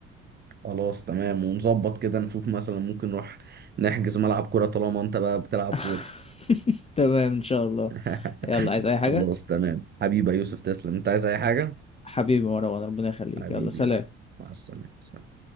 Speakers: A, on the right; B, on the left.
A: خلاص تمام ونظبط كده نشوف مثلا ممكن نروح نحجز ملعب كورة طالما أنت بقى بتلعب
B: <laughs>
A: كورة
B: تمام إن شاء الله
A: <laughs>
B: يلا عايز أي
A: خلاص
B: حاجة؟
A: تمام حبيبي يا يوسف تسلم أنت عايز أي حاجة؟
B: حبيبي مروان ربنا يخليك
A: حبيبي
B: يلا سلام
A: يلا مع السلامة سلام.